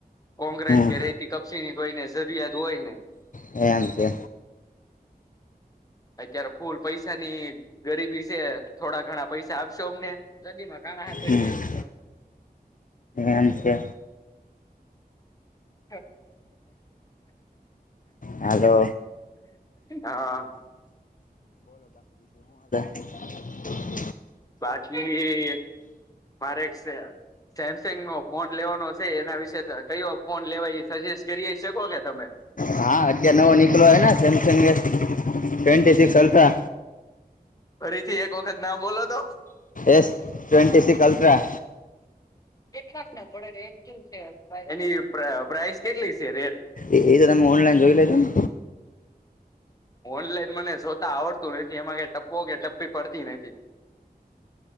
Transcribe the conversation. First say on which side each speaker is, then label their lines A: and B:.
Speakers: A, on the left; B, on the left.
A: કોક્રેટ
B: હમ
A: કે રેતી કપસીીની હોય ને જરૂરિયાત હોય ને
B: એમ કે
A: અત્યારે ફૂલ પૈસાની ગરીબી છે થોડા ઘણા પૈસા આપશો અમને સડી માં કાણા હારી
B: હમ
A: ગ
B: એમ છે
A: <inaudible>
B: હાલો
A: <inaudible> હા
B: હ.. <inaudible>
A: બાકી મારે એક સેમસંગ નો ફોન લેવાનો છે એના વિશેે કયો ફોન લેવા એ સજેસ્ટ કરી શકો કે તમે
B: હા અત્યારે નવો નીકળ્યો હોય ને સેમસંગ ટવેન્ટી સિકક્સ અલ્ફા
A: ફરીથી એક વખત ના બોલો તો
B: એસ ટ્વેન્ટી સિક અલ્ટ્રા
A: થોડ રે એની પ્રઇસ કેટલી છે રેટ
B: એ એ તો તમે ઓનલાઈન જોઈ લેજો ને
A: ઓનલાઈન મને શોતા આવડતું નથી એમાં કે ટપવો કે ટપી પડતી નથી